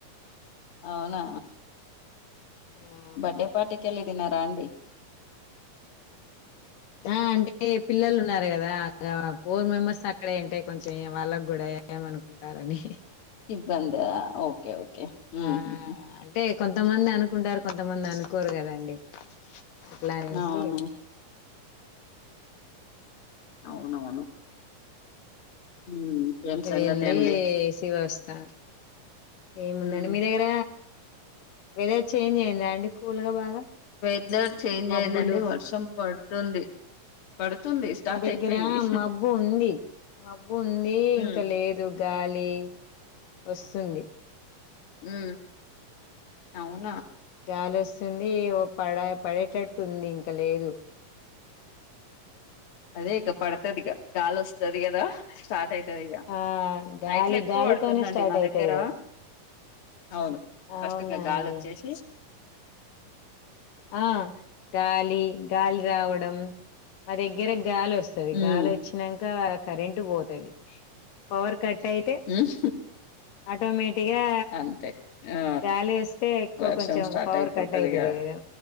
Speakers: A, on the left; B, on the left.
A: అవునా
B: ఆ అవును
A: బడ్డే పార్టీకిలి న్న ంటిడి
B: ఆ అంటే పిల్లలు ఉన్నారు కదా ఫోర్ మెంబర్స్ అక్కడే అంటే కొంచెం ఎం వాళ్ళకి కూడా ఏమనుకుంటారని
A: ఇబ్బందా ఓకే ఓకే ఉమ్
B: ఆ
A: హు హు
B: అంటే కొంతమంది అనుకుంటారు కొంతమంది అనుకోరు కదండి అట్లా అనేసి
A: అవును అవునవును ఉమ్ ఏం సంగతి
B: వేళ్ళే
A: అండి
B: సి వస్తా ఏముందండి
A: ఉమ్
B: మీ దగ్గర వెదేర్ చేంజ్ అయిందా అండి కూల్ గా బాగా
A: ఇద్దరు చేంజ్
B: మబ్బులు
A: అయిందండి వర్షం పడుతుంది పడుతుంది స్టార్ట్
B: మా దగ్గరమ్
A: అయిపోయింది
B: మబ్బు ఉంది మబ్బు ఉంది ఇంకా
A: ఉమ్
B: లేదు గాలి వస్తుంది
A: ఉ అవును
B: గాలొస్తుంది ఓ ప పడేటట్టు ఉంది ఇంక లేదు
A: అదే ఇక పడతది ఇగ గాలి వస్తది కదా స్టార్ట్ అయితది ఇగ
B: ఆ గాలి
A: నైట్ లో ఎక్కువ
B: గాలితోనే
A: పడుతుందండి
B: స్టార్ట్
A: మా
B: అయితది
A: దగ్గర
B: కదా
A: అవును ఫస్ట్
B: అవునా
A: ఇంగ గాలోచ్చేసి
B: అండి ఆ గాలి గాలి రావడం మా దగ్గర గాలి వస్తుంది
A: ఉమ్
B: గాలి వచ్చాక కరెంటు పోతుది పవర్ కట్ అయితే
A: ఉమ్
B: ఆటోమేటిక్ గా
A: అంతే ఆ
B: గాలి వస్తే ఇం
A: వర్షం
B: కొంచెం
A: స్టార్ట్
B: పవర్
A: అయిపోతది
B: కట్ అవుతుదిదా
A: ఇగ